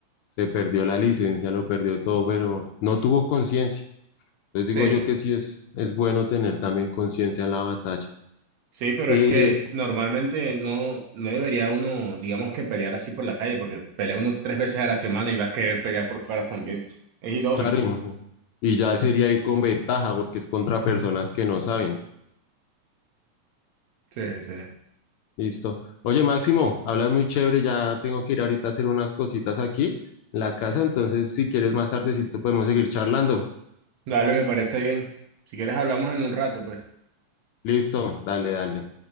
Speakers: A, on the left; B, on the right.
A: se perdió la licencia, lo perdió todo, pero no tuvo conciencia. Entonces
B: Sí,
A: digo yo que sí es, es bueno tener también conciencia en la batalla.
B: sí, pero
A: Eh,
B: es que normalmente no, no debería uno, digamos que pelear así por la calle, porque pelea uno tres veces a la semana y va a querer pelear por fuera también. Es ilógico.
A: claro, imagino. Y ya sería ir con ventaja porque es contra personas que no saben.
B: Sí, sí.
A: Listo. Oye, Máximo, hablas muy chévere, ya tengo que ir ahorita a hacer unas cositas aquí en la casa, entonces si quieres más tardecito podemos seguir charlando.
B: Dale, me parece bien. Si quieres hablamos en un rato, pues.
A: Listo, dale, dale.